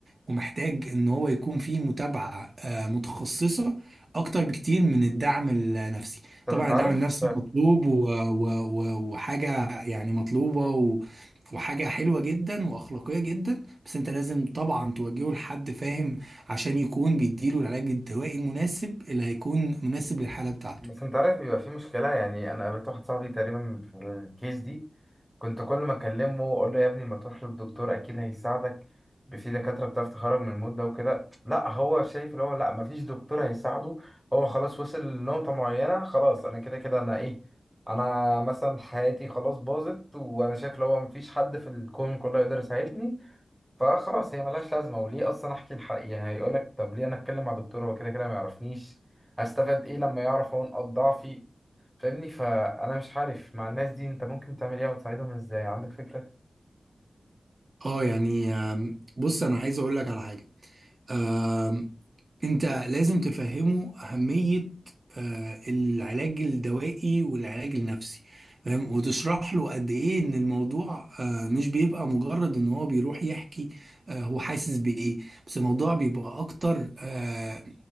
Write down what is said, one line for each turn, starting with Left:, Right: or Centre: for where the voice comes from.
Right: ومحتاج ان هو يكون فيه متابعة آه، متخصصة اكتر بكتير من الدعم النفسي
Centre: طب
Right: طبعا
Centre: انت
Right: الدعم
Centre: عارف
Right: النفسي مطلوب و- و- و- وحاجة يعني مطلوبة وحاجة حلوة جدا وأخلاقية جدا بس أنت لازم طبعا توجهه لحد فاهم عشان يكون بيديله العلاج الدوائي المناسب اللي هيكون مناسب للحالة بتاعته
Centre: بس انت عارف بيبقى في مشكلة يعني انا قابلت واحد صاحبي تقريبا في الكيس دي كنت كل ما اكلمه اقول له يا ابني ما تروح للدكتور اكيد هيساعدك في دكاترة بتعرف تخرج من المود ده وكده لا هو شايف اللي هو لا ما فيش دكتور هيساعده هو خلاص وصل لنقطة معينة خلاص انا كده كده انا ايه انا مثلا حياتي خلاص باظت وانا شايف اللي هو ما فيش حد في الكون كله يقدر يساعدني فخلاص هي ملهاش لازمة وليه أصلا أحكي الحقيقة هيقولك طب ليه أنا أتكلم مع دكتور هو كده كده ما يعرفنيش هستفاد إيه لما يعرف هو نقاط ضعفي فاهمني فأنا مش عارف مع الناس دي أنت ممكن تعمل إيه وتساعدهم إزاي عندك فكرة؟
Right: اه يعني آم، بص أنا عايز أقول لك على حاجة آم، أنت لازم تفهمه أهمية آه، العلاج الدوائي والعلاج النفسي فاهم وتشرح له قد ايه ان الموضوع آه، مش بيبقى مجرد ان هو بيروح يحكي آه، هو حاسس بايه بس الموضوع بيبقى اكتر آه،